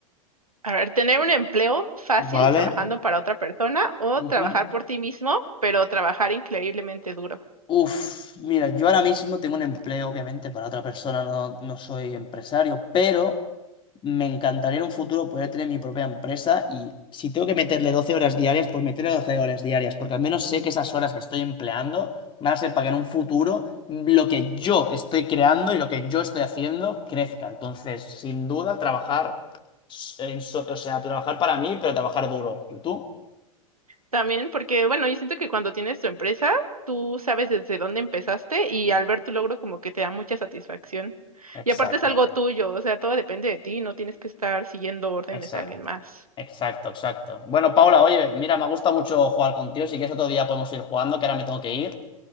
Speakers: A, on the right; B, on the left.
A: A ver, tener un empleo fácil
B: Vale.
A: trabajando para otra persona o
B: Ujú.
A: trabajar por ti mismo, pero trabajar increíblemente duro.
B: Uf, mira, yo ahora mismo tengo un empleo, obviamente, para otra persona, no, no soy empresario, pero me encantaría en un futuro poder tener mi propia empresa y si tengo que meterle 12 horas diarias, pues meterle 12 horas diarias, porque al menos sé que esas horas que estoy empleando van a ser para que en un futuro lo que yo estoy creando y lo que yo estoy haciendo crezca. Entonces, sin duda, trabajar, en so- o sea, trabajar para mí, pero trabajar duro. ¿Y tú?
A: También porque, bueno, yo siento que cuando tienes tu empresa, tú sabes desde dónde empezaste y al ver tu logro como que te da mucha satisfacción.
B: Exacto.
A: Y aparte es algo tuyo, o sea, todo depende de ti, no tienes que estar siguiendo órdenes
B: Exacto,
A: de alguien más.
B: exacto, exacto. Bueno, Paula, oye, mira, me gusta mucho jugar contigo. Si quieres otro día podemos ir jugando, que ahora me tengo que ir.